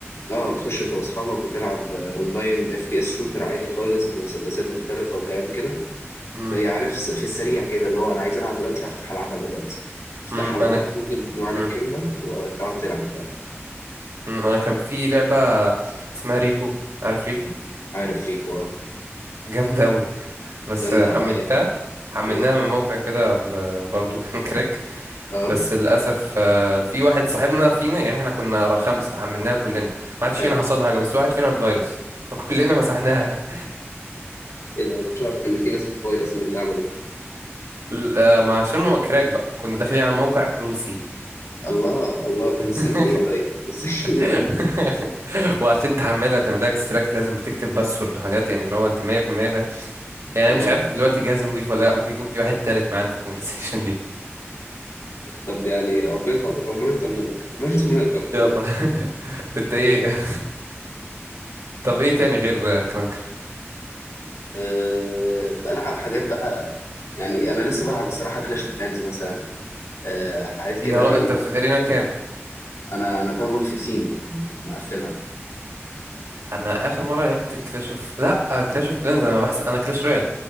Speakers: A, on the left; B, on the right.
A: اه بتخش انت واصحابك وتلعب آه، اونلاين اف بي اس شوتر عادي خالص بمسدسات مختلفه وكلام كده
B: مم،
A: فهي عارف س- في السريع كده اللي هو انا عايز العب دلوقتي هفتح العبها دلوقتي افتحها
B: مم،
A: من
B: انا
A: على
B: ك-
A: جوجل بمعنى
B: مم،
A: الكلمه وتقعد تلعب بقى
B: مم، انا كان في لعبه اسمها ريبو عارف ريبو
A: عارف ريبو اه
B: جامده قوي بس
A: جامده
B: حملتها
A: اه يا
B: حملناها
A: اه
B: من موقع كده ب- برضو <laughs> كان كراك
A: آه،
B: بس للاسف آه، في واحد صاحبنا فينا يعني احنا كنا خمسه حملناها كلنا ما حدش
A: حلو
B: فينا حصل له حاجه بس واحد فينا اتفيرس فكلنا مسحناها
A: ايه ده ما كنتش اعرف ان في ناس فيروس من اللعبه دي
B: <laughs> لا، ما عشان هو كراك بقى كنا داخلين على موقع روسي
A: الله الله طب
B: <laughs>
A: مستنيين ايه طيب مستنيين
B: <laughs>
A: ايه
B: وعشان تحملها وتعملها اكستراكت لازم بتكتب باسورد وحاجات يعني اللي هو انت 100% فاهم يعني
A: اه
B: انا مش عارف دلوقتي جهاز نضيف ولا لا ممكن يكون في واحد تالت معانا في الكونفرسيشن دي
A: طب يعني ربنا يطمن- ربنا يطمنك ربنا يطمنك يا ابوك
B: يلا <laughs> انت ايه <laughs> طب ايه تاني غير كرانكر
A: أه بلعب حاجات بقى يعني انا لسه بلعب الصراحه كلاش اوف كلانز مثلا أه حاجات كده
B: يا را
A: ايه
B: انت في ارينا كام
A: انا انا تاون هول 15 أه، مقفلها
B: انا اخر مره لعبت كلاش اوف لا كلاش اوف كلانز انا بحس انا كلاش رويال